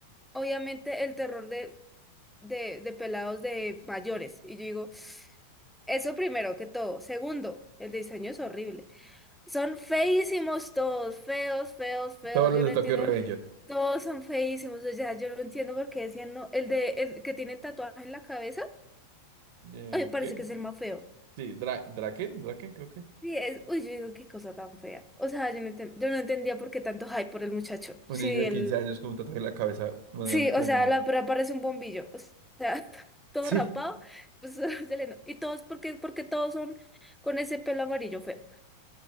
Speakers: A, in the centre; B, on the right.
A: obviamente el terror de, de, de pelados de mayores. Y yo digo, eso primero que todo. Segundo, el diseño es horrible. Son feísimos todos, feos, feos, feos.
B: Todos los
A: Yo
B: de
A: no
B: Tokyo
A: entiendo.
B: Revenger.
A: <laughs> Todos son feísimos. O sea, yo no entiendo por qué decían no. El de el que tiene el tatuaje en la cabeza,
B: Eh,
A: ay, parece
B: ¿qué?
A: que es el más feo.
B: Sí, Dra Draken, Draken creo que.
A: Sí, es, uy, yo digo, qué cosa tan fea. O sea, yo no, enten- yo no entendía por qué tanto hype por el muchacho.
B: Un
A: Sí,
B: niño de
A: él,
B: 15 años con un tatuaje en la cabeza más
A: sí,
B: grande que
A: o
B: el
A: sea,
B: mío.
A: la pura parece un bombillo. O sea, <laughs> todo
B: Sí,
A: rapado, pues <laughs> se le no- Y todos, porque, porque todos son con ese pelo amarillo feo.